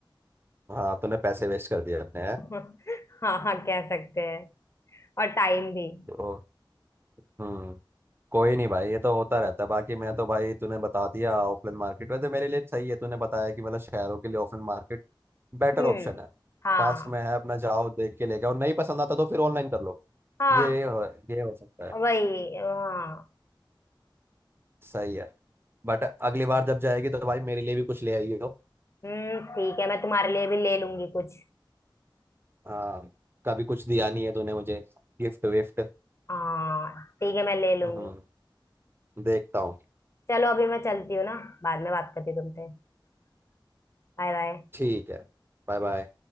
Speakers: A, on the right; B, on the left.
A: हाँ तूने पैसे वेस्ट कर दिए अपने यार
B: <laughs> हाँ हाँ कह सकते हैं और टाइम भी
A: तो हम्म कोई नहीं भाई ये तो होता रहता है बाकी मैं तो भाई तूने बता दिया ऑफलाइन मार्केट वैसे मेरे लिए सही है तूने बताया कि मतलब शहरों के लिए ऑफलाइन मार्केट बेटर
B: हम्म
A: ऑप्शन है
B: हाँ
A: पास में है अपना जाओ देख के लेके आओ नहीं पसंद आता तो फिर ऑनलाइन कर लो
B: हाँ
A: ये हो, ये हो सकता है
B: वही हाँ
A: सही है बट अगली बार जब जाएगी तो भाई मेरे लिए भी कुछ ले आई हो
B: हम्म ठीक है मैं तुम्हारे लिए भी ले लूंगी कुछ
A: हाँ कभी कुछ दिया नहीं है तूने मुझे गिफ्ट विफ्ट
B: हाँ ठीक है मैं ले लूंगी
A: हम्म देखता हूँ
B: चलो अभी मैं चलती हूँ ना बाद में बात करती हूँ तुमसे Bye bye
A: ठीक है Bye bye